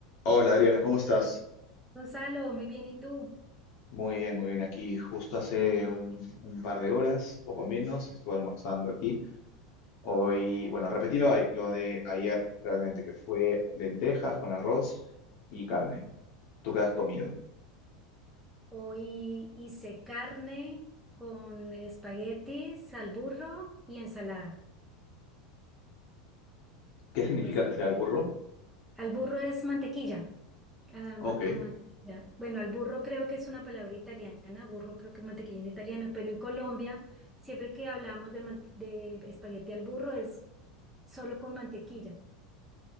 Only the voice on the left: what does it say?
Hola Adriana, ¿cómo estás?
Muy bien, muy bien. Aquí justo hace un, un par de horas, poco menos, estuve almorzando aquí. Hoy, bueno, repetí lo, de- lo de ayer realmente, que fue lentejas con arroz y carne. ¿Tú qué has comido?
¿Qué significa
que sea
el burro?
Ok,